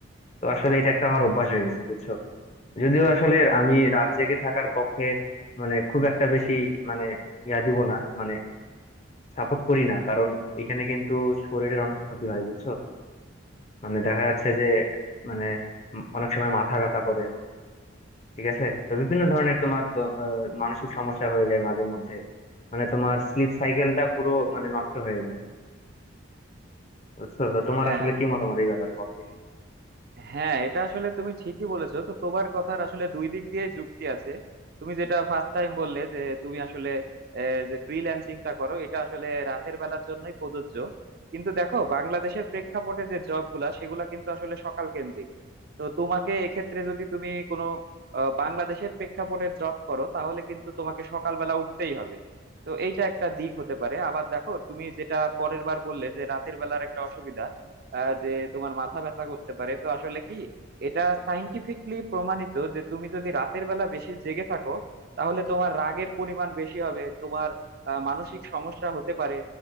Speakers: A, on the left; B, on the right.
A: তো আসলে এটা একটা আমার অভ্যাস হয়ে গেছে বুঝছো যদিও আসলে আমি রাত জেগে থাকার পক্ষে মানে খুব একটা বেশি মানে ইয়া দিব না মানে সাপোর্ট করি না কারণ এখানে কিন্তু শরীরের অনেক ক্ষতি হয় বুঝছো মানে দেখা যাচ্ছে যে মানে উম অনেক সময় মাথা ব্যথা করে ঠিক আছে তো বিভিন্ন ধরনের তোমার তো, আহ, মানসিক সমস্যা হয়ে যায় মাঝে মধ্যে মানে তোমার স্লিপ সাইকেলটা পুরো মানে নষ্ট হয়ে যায় বুঝছো তো তোমার
B: হ্যাঁ
A: আসলে কি মতামত এই ব্যাপারে বলো দেখি
B: হ্যাঁ এটা আসলে তুমি ঠিকই বলেছো তো তোমার কথার আসলে দুই দিক দিয়ে যুক্তি আছে তুমি যেটা ফার্স্ট টাইম বললে যে তুমি আসলে আহ, যে ফ্রিল্যান্সিংটা করো এটা আসলে রাতের বেলার জন্যই প্রযোজ্য কিন্তু দেখো বাংলাদেশের প্রেক্ষাপটে যে জব গুলা সেগুলা কিন্তু আসলে সকাল কেন্দ্রিক তো তোমাকে এক্ষেত্রে যদি তুমি কোনো আহ, বাংলাদেশের প্রেক্ষাপটে জব করো তাহলে কিন্তু তোমাকে সকালবেলা উঠতেই হবে তো এইটা একটা দিক হতে পারে আবার দেখো তুমি যেটা পরের বার বললে যে রাতের বেলার একটা অসুবিধা আহ, যে তোমার মাথা ব্যথা করতে পারে তো আসলে কি এটা সাইন্টিফিকলি প্রমাণিত যে তুমি যদি রাতের বেলা বেশি জেগে থাকো তাহলে তোমার রাগের পরিমাণ বেশি হবে তোমার আহ, মানসিক সমস্যা হতে পারে